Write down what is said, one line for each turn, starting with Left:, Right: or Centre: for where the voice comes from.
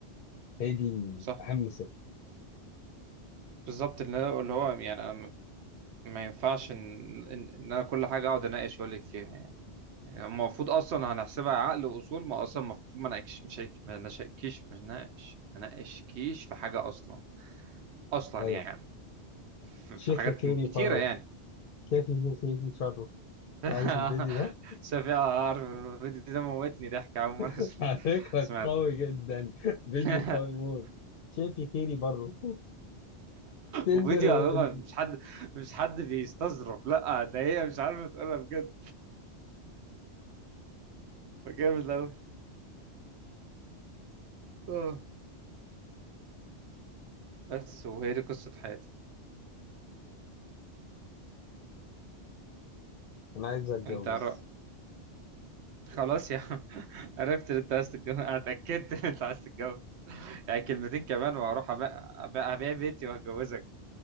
Left: هي دي
Right: صح
Left: اهم سر
Right: بالظبط اللي هو اللي هو يعني انا ما ينفعش ان ان إن انا كل حاجه اقعد اناقش واقول لك فيها يعني المفروض اصلا هنحسبها عقل واصول ما اصلا المفروض ما ناقش مش هيك- ما نشكيش مش ناقش ما ناقشكيش في حاجه اصلا اصلا
Left: طيب
Right: يعني في
Left: شيخ
Right: في حاجات
Left: يا خيري
Right: كتيره
Left: فره
Right: يعني
Left: شايف يا خيري شره
Right: <laughs>
Left: عارف الفيديو ده؟
Right: شفيع عارف الفيديو ده موتني ضحك اول مره
Left: <laughs>
Right: اسمع-
Left: على فكرة
Right: سمعت
Left: قوي جدا فيديو
Right: <laughs>
Left: قوي موت شايف يا خيري بره تندر
Right: وفيديو على فكرة
Left: ال...
Right: مش حد مش حد بيستظرف لا ده هي مش عارفه تقولها بجد جامد قوي اه بس وهي دي قصه حياتي
Left: انا عايز اتجوز
Right: انت عر... خلاص يا عم <laughs> عرفت ان انت عايز تتجوز انا اتاكدت ان انت عايز تتجوز يعني كلمتين كمان وهروح ابيع أبيع... أبيع بيتي وهتجوزك